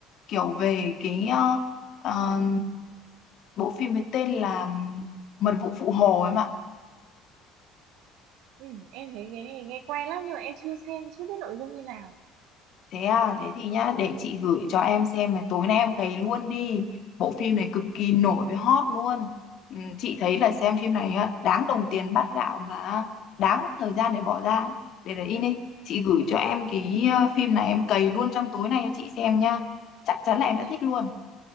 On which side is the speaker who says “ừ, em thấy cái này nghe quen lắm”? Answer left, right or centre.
Right